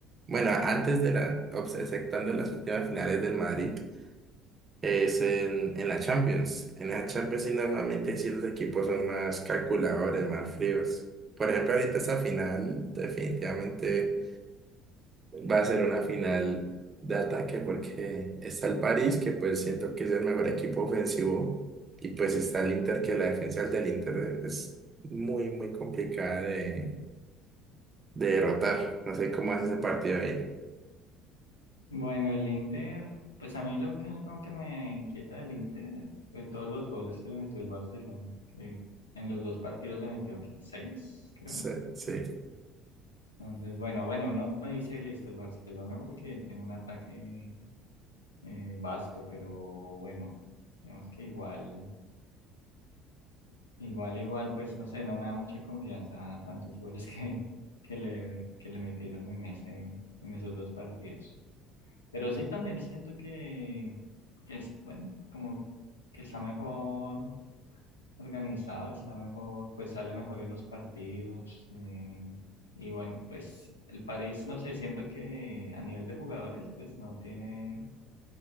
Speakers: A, on the right; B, on the left.
A: Bueno, antes de la, obs- exceptuando las últimas finales del Madrid, es en, en la Champions. En la Champions sí normalmente sí los equipos son más calculadores, más fríos. Por ejemplo, ahorita esta final definitivamente va a ser una final de ataque porque está el París, que pues siento que es el mejor equipo ofensivo, y pues está el Inter, que la defensa del Inter es muy, muy complicada de, de derrotar. No sé cómo hace ese partido ahí.
B: Bueno, el Inter, pues a mí lo que como que me inquieta del Inter fue todos los goles que le metió el Barcelona, que en los dos partidos le metió ¿qué? seis, creo.
A: Sí, sí.
B: Entonces, bueno, bueno, no no dice listo el Barcelona porque tiene un ataque eh, vasto, pero bueno, digamos que igual, igual, igual, pues no sé, no me da mucha confianza tantos <laughs> goles que, que le, que le metieron en ese, en esos dos partidos. Pero sí también siento que, que es, bueno, como que está mejor organizado, está mejor, pues sale mejor en los partidos. eh, y bueno, pues el París, no sé, siento que a nivel de jugadores, pues no tiene